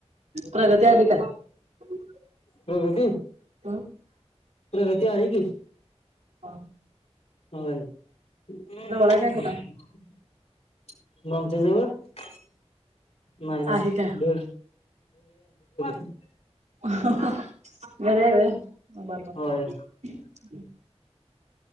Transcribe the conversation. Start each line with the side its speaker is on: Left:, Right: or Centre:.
Right: प्रगती आली का? <unintelligible>
Left: प्रगती.
Right: ' <unintelligible>
Left: प्रगती आली की.
Right: ह <unintelligible> <inaudible>
Left: हो, <unintelligible>
Right: आहे काय कुठं?
Left: <inaudible> नमच जव <inaudible> नाही-नाही.
Right: आहे काय?
Left: <unintelligible>
Right: हा हा बरे हाय वय.
Left: होय
Right: <unintelligible>